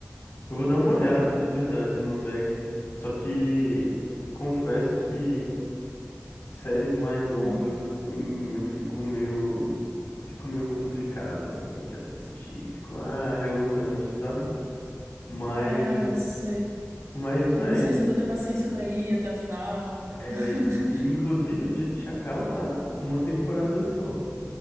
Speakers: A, on the left (about 60°); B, on the right (about 85°).
A: Eu vou dar uma olhada de verdade no Dexter. Só que confesso que séries mais longas
B: Hum.
A: assim, eu fico meio fico meio complicado assim de assistir, fico ah, relutante, sabe? Mas
B: É, sei.
A: mas véi,
B: Eu não sei se eu vou ter paciência pra ir até o final.
A: é,
B: <laughs>
A: s- e inclusive o Dia de Chacal tá uma temporada só.